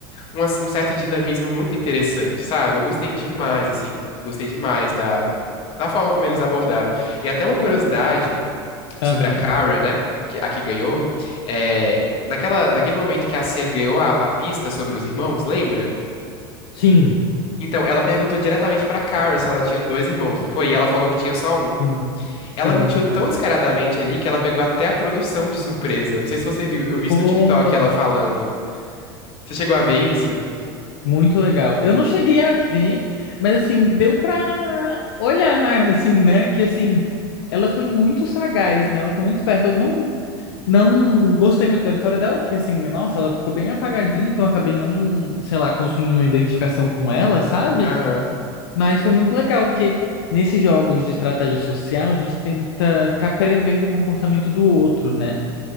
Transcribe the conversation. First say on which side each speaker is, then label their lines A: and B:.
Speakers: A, on the left; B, on the left.
A: uma- um certo dinamismo muito interessante, sabe? Eu gostei demais, assim, gostei demais da, da forma como eles abordaram. E até uma curiosidade
B: Não.
A: sobre
B: Aham.
A: a Kara, né? Que, a que ganhou. é, naquela, naquele momento que a Sen ganhou a, a pista sobre os irmãos, lembra?
B: Sim.
A: Então, ela perguntou diretamente pra Kara se ela tinha dois irmãos, não foi? E ela falou que tinha só um.
B: Sim,
A: Ela
B: sim.
A: mentiu tão descaradamente ali que ela pegou até a produção de surpresa. Não sei se você viu, eu vi isso
B: Foi,
A: no TikTok ela falando. Você chegou a ver
B: cara,
A: isso?
B: muito legal. Eu não cheguei a ver, mas assim, deu pra olhar, né, <laughs> assim, né? Que assim, ela foi muito sagaz, né? Ela foi muito esperta. Eu não, não gostei muito da vitória dela, porque assim, nossa, ela ficou bem apagadinha, então eu acabei não, sei lá, construindo uma identificação com ela, sabe?
A: Aham,
B: Mas foi muito legal, porque nesses jogos de estratégia social, a gente tenta ficar prevendo o comportamento do outro, né?